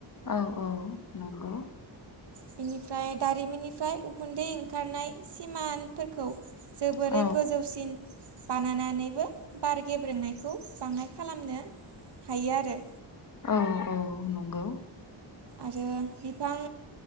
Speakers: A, on the left (about 40°); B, on the right (about 55°).
A: औ औ नंगौ
B: बेनिफ्राय दारिमिननिफ्राय उखुन्दै ओंखारनाय सिमानफोरखौ जोबोरै
A: औ
B: गोजौसिन बानायनानैबो बार गेब्रेंनायखौ बाङाय खालामनो हायो आरो
A: औ औ नंगौ
B: आरो बिफां